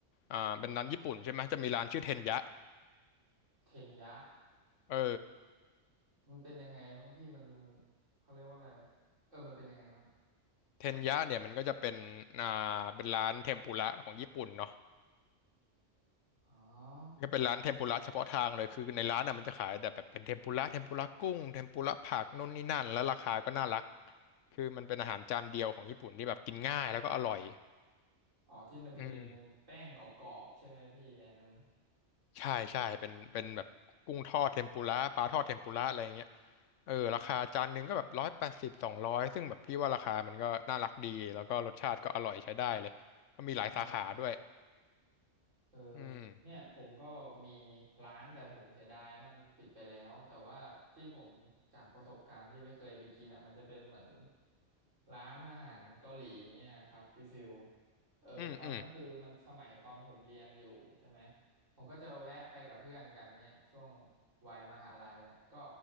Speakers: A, on the left; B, on the right.
A: อ่าเป็นร้านญี่ปุ่นใช่ไหมจะมีร้านชื่อเทนยะ
B: เทนยะ
A: เออ
B: มันเป็นยังไงบ้างพี่มันเขาเรียกว่าอะไรเออมันเป็นยังไงบ้าง
A: เทนยะเนี่ยมันก็จะเป็นอ่าเป็นร้านเทมปุระของญี่ปุ่นเนาะ
B: อ๋อ
A: ก็เป็นร้านเทมปุระเฉพาะทางเลยคือในร้านน่ะมันจะขายแต่แบบเป็นเทมปุระเทมปุระกุ้งเทมปุระผักนู่นนี่นั่นแล้วราคาก็น่ารักคือมันเป็นอาหารจานเดียวของญี่ปุ่นที่แบบกินง่ายแล้วก็อร่อย
B: อ๋อที่มันจะเป็นแป้งกรอบๆใช่ไหมพี่ไอ้นั้น
A: อืมใช่ใช่เป็นเป็นแบบกุ้งทอดเทมปุระปลาทอดเทมปุระอะไรอย่างเงี้ยเออราคาจานหนึ่งก็แบบร้อยแปดสิบสองร้อยซึ่งแบบพี่ว่าราคามันก็น่ารักดีแล้วก็รสชาติก็อร่อยใช้ได้เลยก็มีหลายสาขาด้วย
B: อืม เออ
A: อืม
B: เนี่ยผมก็มีร้านแต่ผมเสียดายมันปิดไปแล้วแต่ว่าที่ผมจากประสบการณ์ที่ไม่เคยไปกินอ่ะมันจะเป็นเหมือนร้านอาหารเกาหลีเนี่ยครับพี่ฟิวเออตอนนั้นคือมันสมัยตอนผมเรียนอยู่ใช่ไหม
A: อืมอืม
B: ผมก็จะแวะไปกับเพื่อนกันเนี่ยช่วงวัยมหาลัยอ่ะก็